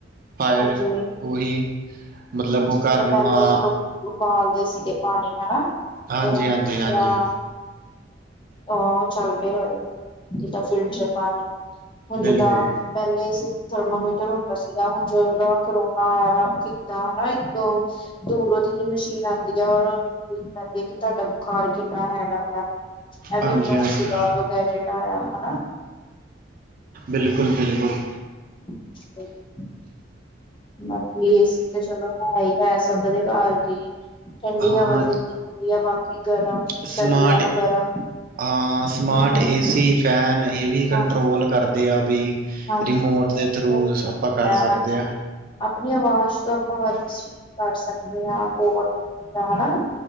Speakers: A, on the right (about 50°); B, on the left (about 25°).
A: ਫਾਇਰ
B: ਹਾਂਜੀ-ਹਾਂਜੀ
A: ਉਹੀ ਮਤਲਬ ਉਹ
B: ਜਿੱਦਾਂ
A: ਘਰ ਨੂੰ
B: ਪਹਿਲੇ
A: ਹਾਂ।
B: ਉਬਾਲਦੇ ਸੀਗੇ ਪਾਣੀ ਹਨਾ
A: ਹਾਂਜੀ-ਹਾਂਜੀ-ਹਾਂਜੀ
B: ਤੇ ਉਹ ਹਾਂ। ਉਹ ਚੱਲ ਪਏਹੋ ਏ ਜਿੱਦਾਂ ਫਿਲਟਰ ਪਾਣੀ। ਹੁਣ
A: ਬਿਲਕੁਲ
B: ਜਿੱਦਾਂ ਪਹਿਲੇ ਸੀ ਥਰਮਮੀਟਰ ਹੁੰਦਾ ਸੀਗਾ ਹੁਣ ਜਦੋਂ ਦਾ ਕਰੋਨਾ ਆਇਆ ਵਾ ਦਾ ਆ ਇੱਕ ਦੂਰੋਂ ਅਜਿਹੀ ਮਸ਼ੀਨ ਆਉਂਦੀ ਆ ਔਰ ਕਰਦੀ ਇੱਕ ਤੁਹਾਡਾ ਬੁਖਾਰ ਕਿੰਨਾ ਹੈਗਾ ਵ ਇਹ
A: ਹਾਂਜੀ-ਹਾਂਜੀ
B: ਵੀ ਨਿਊ ਸੀਗਾ ਉਦੋਂ ਗੈਜਟ ਆਇਆ ਹਨਾ।
A: ਬਿਲਕੁਲ-ਬਿਲਕੁਲ।
B: <inaudible> ਬਾਕੀ ਏ ਸੀ ਤੇ ਚਲੋ ਹੈ ਹੀ ਹੈ ਸਭ ਦੇ ਘਰ ਕੀ, ਠੰਡੀ
A: ਹਾਂ
B: ਹਵਾ ਦਿੰਦੀ ਆ ਬਾਕੀ ਗਰਮ।
A: ਸਮਾਰਟ
B: ਸਰਦੀਆਂ ਨੂੰ ਗਰਮ
A: ਹਾਂ, ਸਮਾਰਟ
B: ਹਾਂਜੀ
A: ਏ ਸੀ ਫੈਨ ਇਹ ਵੀ ਕੰਟਰੋਲ
B: ਹਾਂਜੀ
A: ਕਰਦੇ ਆ ਵੀ
B: ਹਾਂਜੀ
A: ਰਿਮੋਟ
B: ਫੋਨ
A: ਦੇ ਥਰੂ
B: ਤੋਂ ਹੋ
A: ਆਪਾਂ
B: ਜਾਂਦੇ
A: ਕਰ ਸਕਦੇ
B: ਹਾਂਜੀ।
A: ਆ।
B: ਆਪਣੀ ਆਵਾਜ਼ ਤੋਂ ਆਪਾਂ ਹਰ ਇੱਕ ਚੀਜ਼ ਕਰ ਸਕਦੇ ਹਾਂ ਕੋਡ ਹੁੰਦਾ ਹਨਾ।